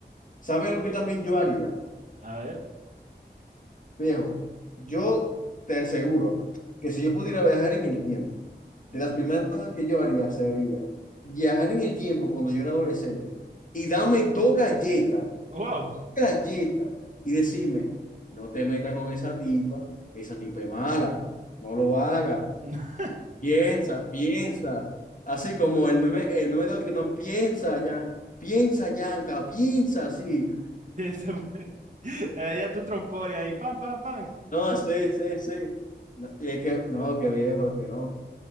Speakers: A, on the left; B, on the right.
A: ¿Sabes lo que también yo haría?
B: a ver.
A: Viejo, yo te aseguro que si yo pudiera viajar en el tiempo,
B: ujú.
A: de las primeras cosas que yo haría sería viajar en el tiempo cuando yo era adolescente y dame dos galletas,
B: ¡Wow!
A: dos galletas y decirme, no te metas con esa tipa, esa tipa es mala, no lo hagas,
B: <laughs>
A: piensa, piensa. Así como el meme, el meme de Ogniman, piensa ya, piensa Yanka, piensa así.
B: Piensa, <laughs> Te daría tu trompón y ahí, pam, pam, pam.
A: No, sí, sí, sí. No, y es que, no, qué viejo, que no.